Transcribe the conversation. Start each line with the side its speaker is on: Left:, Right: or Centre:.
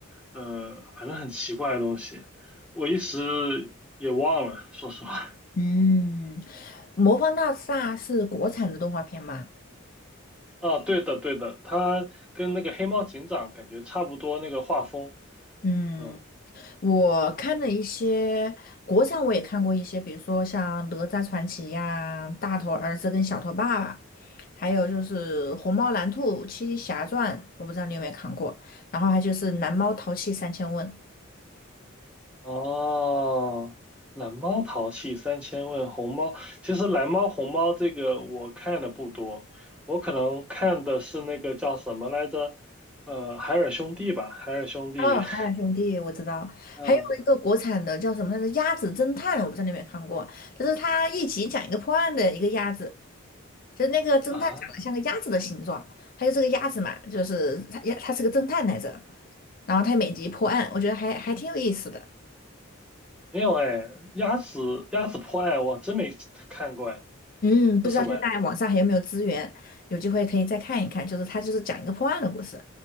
Centre: 呃反正很奇怪的东西。我一时也忘了，说实话。
Left: 嗯《魔方大厦》是国产的动画片吗？
Centre: 啊，对的，对的，他跟那个黑猫警长感觉差不多那个画风。
Left: 嗯。
Centre: 嗯，
Left: 我看了一些国产，我也看过一些，比如说像《哪吒传奇》呀，《大头儿子跟小头爸爸》，还有就是《虹猫蓝兔七侠传》，我不知道你有没有看过。然后还就是《蓝猫淘气三千问》
Centre: 哦，蓝猫淘气三千问，红猫其实蓝猫红猫这个我看的不多，我可能看的是那个叫什么来着？呃，海尔兄弟吧，海尔兄弟。
Left: 哦，海尔兄弟我知道，
Centre: <laughs> 嗯
Left: 还有一个国产的叫什么来着，《鸭子侦探》，我不知道你有没有看过，就是他一集讲一个破案的一个鸭子，就是那个侦探长得像个鸭子的形状，
Centre: 啊，
Left: 他就这个鸭子嘛，就是他他是个侦探来着。然后他每集破案，我觉得还还挺有意思的。
Centre: 没有哎，鸭子鸭子破案我真没看过哎，
Left: 嗯，不知道现在网上还有没有资源，
Centre: 这什么呀？
Left: 有机会可以再看一看。就是他就是讲一个破案的故事。